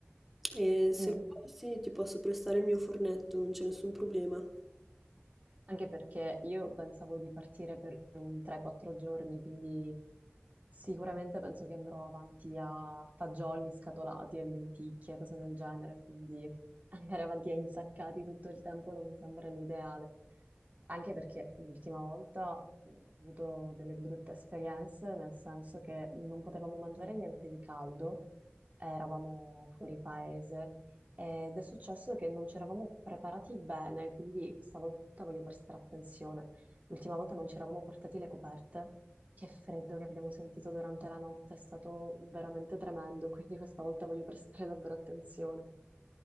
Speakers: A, in the centre; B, on the right.
A: E se
B: Mm.
A: vuoi, sì, ti posso prestare il mio fornetto, non c'è nessun problema.
B: Anche perché io pensavo di partire per un 3-4 giorni, quindi sicuramente penso che andrò avanti a fagioli scatolati e lenticchie, cose del genere, quindi andare avanti a insaccati tutto il tempo non mi sembra l'ideale. Anche perché l'ultima volta ho avuto delle brutte esperienze, nel senso che non potevamo mangiare niente di caldo, eravamo fuori paese ed è successo che non ci eravamo preparati bene, quindi questa volta voglio prestare attenzione. L'ultima volta non ci eravamo portati le coperte. Che freddo che abbiamo sentito durante la notte, è stato veramente tremendo, <laughs> quindi questa volta voglio prestare davvero attenzione.